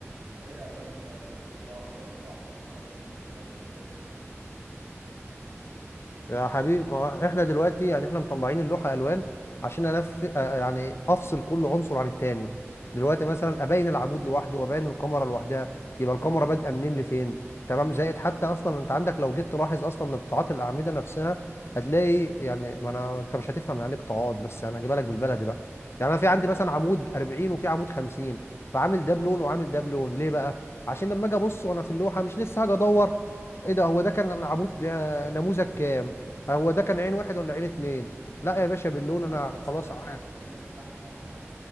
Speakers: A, on the right (about 80°); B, on the left (about 60°).
A: طب ايه الالوان دي طيب انت في اخضر وفي احمر وفي اصفر ايه الحاجات الغريبه دي
B: يا حبيبي ما هو احنا دلوقتي يعني احنا مطلعين اللوحه الوان عشان انف آه، يعني افصل كل عنصر عن التاني دلوقتي مثلا ابين العمود لوحده وابين الكاميرا لوحدها يبقى الكاميرا بادئه منين لفين تمام زائد حتى اصلا انت عندك لو جيت تلاحظ اصلا قطاعات الاعمده نفسها هتلاقي يعني ما انا انت مش هتفهم يعني إيه قطاعات بس انا هجيبها لك بالبلدي بقى يعني انا في عندي مثلا عمود 40 وفي عمود 50 فعامل ده بلون وعامل ده بلون ليه بقى عشان لما اجي ابص وانا في اللوحه مش لسه هاجي ادور ايه ده هو ده كان عمود آه، نموذج كام، آه، هو ده كان عين واحد ولا عين اتنين لا يا باشا باللون
A: اما
B: انا
A: انت بس
B: خلاص
A: اللي هتفهم
B: عارف
A: هي الناس اللي تحت فاهمه حاجه